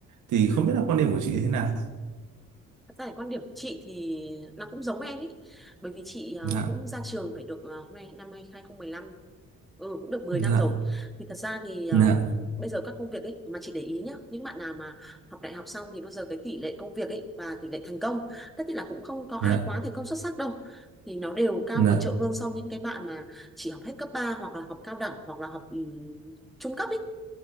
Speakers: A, on the right; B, in the centre.
A: thì
B: ừ.
A: không biết là quan điểm của chị thế nào
B: Thật ra thì quan điểm của chị thì nó cũng giống em ý, bởi vì chị ờ,
A: dạ
B: cũng ra trường phải được ờ, hôm nay năm 2015 Ừ, cũng được mười
A: dạ
B: năm rồi. Thì thật ra thì um,
A: dạ
B: bây giờ các công việc ấy mà chị để ý nhá, những bạn nào mà học đại học xong thì bao giờ cái tỷ lệ công việc ấy và tỷ lệ thành công, tất nhiên là cũng không có ai
A: dạ
B: quá thành công xuất sắc đâu. Thì nó đều cao
A: dạ
B: vượt trội hơn so với những cái bạn mà chỉ học hết cấp 3 hoặc là học cao đẳng hoặc là học ừm, trung cấp ấy.